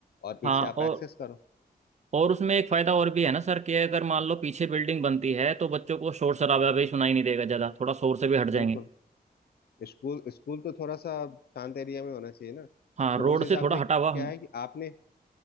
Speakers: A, on the left (about 75°); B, on the right (about 45°).
A: और पीछे
B: हाँ
A: आप
B: और
A: एक्सेस करो
B: और उसमें एक फायदा और भी है ना सर कि अगर मान लो पीछे बिल्डिंग बनती है तो बच्चों को शोर शराबा भी सुनाई नहीं देगा ज्यादा थोड़ा शोर से भी हट जाएंगे
A: बिल्कुल स्कूल स्कूल तो थोड़ा सा शांत एरिया में होना चाहिए ना
B: हाँ
A: तो
B: रोड
A: उस हिसाब
B: से थोड़ा
A: से
B: हटा
A: क्या
B: हुआ हम
A: है कि आपने